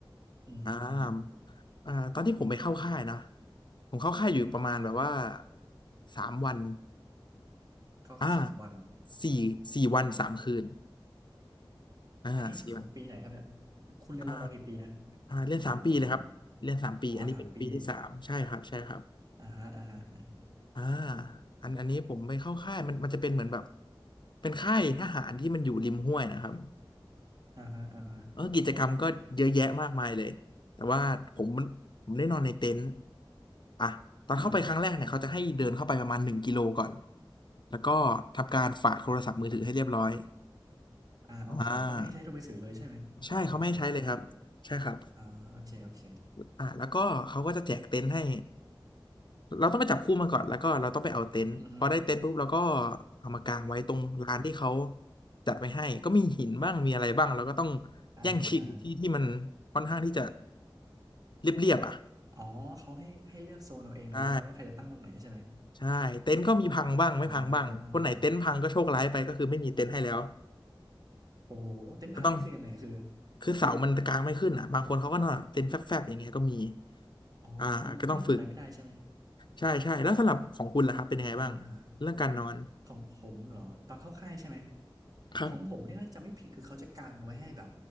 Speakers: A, on the right (about 45°); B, on the left (about 60°).
A: อือฮึอือฮึ
B: อ่าอ่าตอนที่ผมไปเข้าค่ายนะผมเข้าค่ายอยู่ประมาณแบบว่า
A: อ่า
B: สามวัน
A: เก็าค่ายสามวัน
B: อ่าสี่สี่วันสามคืนอ่าสี่วัน
A: อันนี้คือของปีไหนครับเนี่ยคุณเรียนรอดอกี่ปีนะครับ
B: อ่าอ่าเรียนสามปีเลยครับเรียนสามปีอันนี้เป็นปีที่สามใช่ครับใช่ครับ
A: เดี๋ยวผมก็ถามหนะอยอ๋อสามปีอ่าฮะอ่าฮะอ่าฮะ
B: อ่า
A: ต่อเลย
B: อันอันนี้ผมไปเข้าค่ายมันมันจะเป็นเหมือนแบบเป็นค่ายทหารที่มันอยู่ริมห้วยนะครับ
A: อ่าฮะอ่าฮะ
B: เออกิจกรรมก็เยอะแยะมากมายเลยแต่ว่าผมมันผมได้นอนในเต็นท์อ่ะตอนเข้าไปครั้งแรกเนี่ยเขาจะให้เดินเข้าไปประมาณหนึ่งกิโลก่อน
A: อืม
B: แล้วก็ทำการฝากโทรศัพท์มือถือให้เรียบร้อย
A: อ่าโอเคเขาไม่ให้ใช้โทรมือถือเลยใช่ไหม
B: อ่าใช่เขาไม่ให้ใช้เลยครับใช่ครับ
A: รอดอเข้าค่ายอ่าโอเคโอเค
B: อ่าแล้วก็เขาก็จะแจกเต็นท์ให้ เราต้องไปจับคู่มาก่อนแล้วก็เราต้องไปเอาเต็นท์พอได้เต็นท์ปุ๊บเราก็
A: อือฮึ
B: เอามากางไว้ตรงลานที่เขาจัดไว้ให้ก็มีหินบ้างมีอะไรบ้างเราก็ต้อง
A: อ่าฮะอ่าฮะ
B: แย่งชิงที่ที่มันค่อนข้างที่จะเรียบๆอ่ะ
A: อ๋อเขาให้ให้เลือกโซนเอาเองเลยใช่ไหมว่าใครจะตั้งตรงไหนใช่ไหม
B: ใช่ใช่เต็นท์ก็มีพังบ้างไม่พังบ้างคนไหนเต็นท์พังก็โชคร้ายไปก็คือไม่มีเต็นท์ให้แล้ว
A: อ่าโอ้โหเต็นท์พังนี่คือยังไงคือ
B: ก็ต้องคือเสามันกางไม่ขึ้นอ่ะบางคนเขาก็นอนเต็นท์แฟบๆอย่างเงี้ยก็มี
A: คืออ๋อ
B: อ่าก็ต้องฝึก
A: ก็มันทำอะไรไม่ได้ใช่ไหม
B: ใช่ใช่แล้วสำหรับของคุณล่ะครับเป็นยังไงบ้างเรื่องการนอน
A: อ่าฮะอ่าฮะ ของผมเหรอตอนเข้าค่ายใช่ไหม
B: ครับ
A: ของผมเนี่ยถ้าจะไม่ผิดคือเขาจะกางไว้ให้แบบ